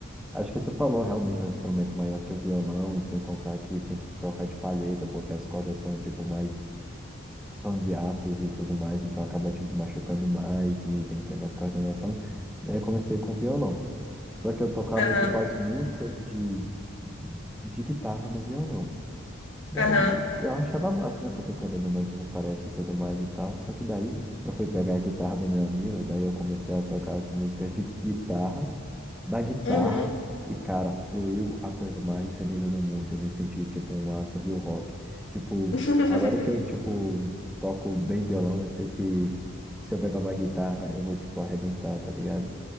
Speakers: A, in the centre; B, on the left.
A: acho que tu falou, realmente é um instrumento maior que o violão, e sem contar que tem que tocar de palheta, porque as cordas são, tipo, mais são de aços e tudo mais, então acaba tipo, machucando mais e tem que ter mais coordenação. Daí eu comecei com violão. Só que eu tocava
B: Aham,
A: tipo as músicas de, de guitarra no violão. Daí
B: aham,
A: eu achava massa, né? Porque querendo ou não, tipo, parece e tudo mais e tal. Só que daí eu fui pegar a guitarra do meu amigo, daí eu comecei a tocar as músicas de guitarra da guitarra
B: uhum,
A: e, cara, fluiu a coisa mais linda do mundo. Eu me senti tipo um astro do rock. Tipo,
B: <laughs>
A: agora que eu tipo toco bem violão, eu sei que se eu pegar uma guitarra, eu vou tipo arrebentar, tá ligado?